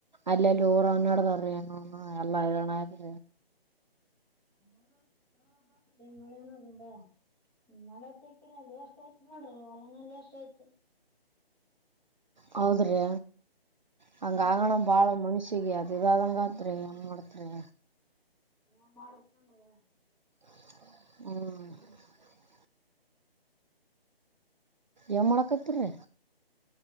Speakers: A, on the right; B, in the centre.
A: ಅಲ್ಲ ಲೂರ ಅವನೋಡ ತರ್ರಿ ಎಲ್ಲ ಅಣ್ರ
B: ಮಳೆನೋದ ನವತ್ತೈಿನಲ್ಲಿ ಎಷ್ಟು ಆಯ್ತು ನೋಡ್ರಿ ಹೊಲನಲ್ಲಿ ಅಷ್ಟ ಆಯ್ತು
A: ಹೌದ್ರೀ ಹಂಗ
B: ನೋಡ್ರಿ
A: ಆಗೋಣ ಭಾಳ ಮನುಷ್ಯ ಹೀಿಗೆ ಅದುದುದಗೆತ್ೀ ಹೆಂಗೆ ಮಾಡ್ತ್ೀ <unintelligible>
B: ಾನ್ ಮಾಡಕಲ್ಲ ರಿ
A: ಹ್ಮ ಏನ್ ಮಾಡಾಕತ್ತಿರಿ